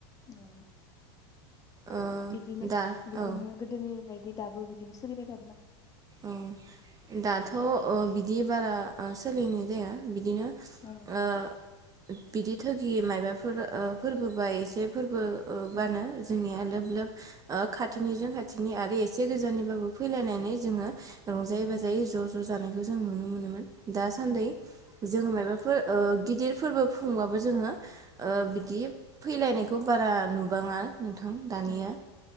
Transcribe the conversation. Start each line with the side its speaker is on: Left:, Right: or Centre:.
Left: औ
Right: ओ
Left: बिदिनो
Right: दा
Left: बिदिनो
Right: औ
Left: गोदोनि बायदि दाबो बिदिनो सिरिबाय
Right: औ दाथ' बिदि बारा सोलिनाय जाया बिदिनो
Left: औ
Right: ओ बिदि थगि मायाबाफोर फोरबोबा एसे फोरबोनो
Left: औ
Right: जोंनि <inaudible> खाथिनिजों
Left: औ
Right: खाथिनि आरो एसे गोजाननिबाबो फैलायनानै जोङो रंजायै
Left: औ
Right: बाजायै ज' ज' जानायखौ जों नुनो मोनोमोन दासान्दि
Left: औ
Right: जोङो मायबा फो ओ गिदिर फोरबो खुंबाबो जोङो ओ
Left: औ
Right: बिदि फैलायनायखौ बारा नुबाङा नोंथां दानिया
Left: औ